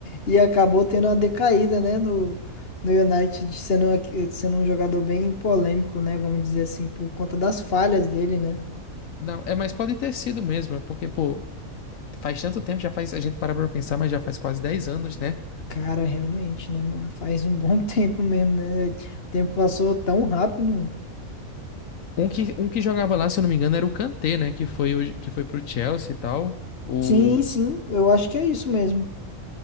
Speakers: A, on the left; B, on the left.
A: e acabou tendo uma decaída, né, no, no United, sendo, aqui- sendo um jogador bem polêmico, né, vamos dizer assim, por conta das falhas dele, né?
B: Não, é, mas pode ter sido mesmo, é porque, pô, faz tanto tempo, já faz. A gente para pra pensar, mas já faz quase 10 anos, né?
A: Cara, realmente, né, mano? Faz um bom <laughs> tempo mesmo, né? O tempo passou tão rápido. mano.
B: Um que, um que jogava lá, se eu não me engano, era o Kanté, né? Que foi, hoje- que foi pro Chelsea e tal. O
A: Sim, sim, eu acho que é isso mesmo.